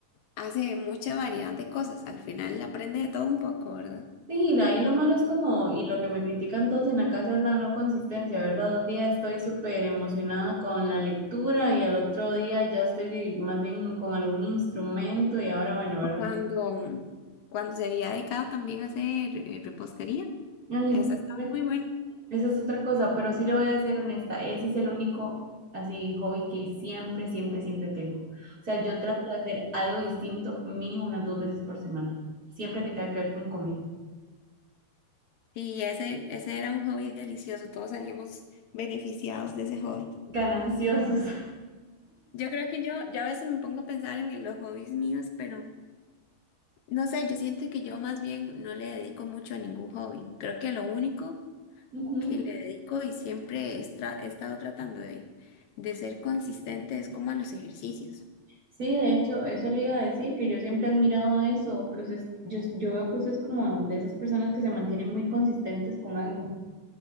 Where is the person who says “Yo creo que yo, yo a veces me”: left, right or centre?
Left